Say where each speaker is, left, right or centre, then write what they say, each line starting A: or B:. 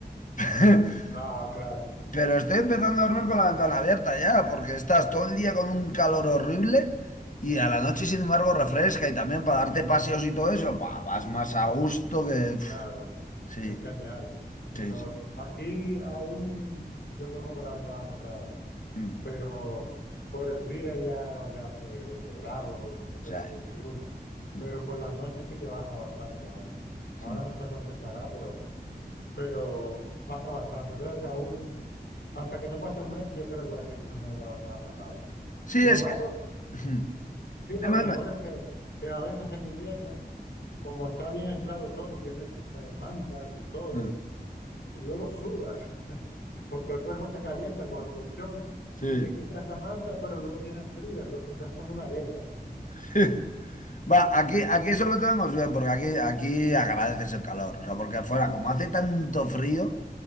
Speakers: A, on the left (about 50°); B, on the left (about 85°).
A: <laughs>
B: Ah, claro. <laughs>
A: Pero estoy empezando a dormir con la ventana abierta ya, porque estás todo el día con un calor horrible y a la noche, sin embargo, refresca y también para darte paseos y todo eso, pa, vas más a gusto que... Uf,
B: Claro.
A: sí,
B: Es genial. Eso.
A: sí, sí.
B: Aquí aún yo duermo con la ventana cerrada,
A: Mm,
B: pero por el día ya, ya hace 20 grados, el otro
A: o sea,
B: día hizo
A: eh,
B: 21,
A: mm,
B: pero por las noches sí que baja bastante aún. Ahora
A: mm.
B: no se contestará, pero, pero baja bastante. Entonces aún, hasta que no pase un mes, yo creo que voy a seguir durmiendo con la ventana cerrada.
A: Sí,
B: Lo
A: es
B: malo
A: que... mm,
B: Sí, no,
A: dime,
B: que
A: dime.
B: lo malo es que, que a veces en invierno, como está bien aislado todo y tienes eh, mantas y todo,
A: Mm,
B: luego sudas, <laughs> porque el cuerpo se calienta con el colchón
A: Sí.
B: y te quitas la manta, pero luego tienes frío, entonces es como una guerra.
A: <laughs> Va, aquí, aquí eso lo tenemos bien, porque aquí, aquí agradeces el calor, o sea, porque afuera, como hace tanto frío...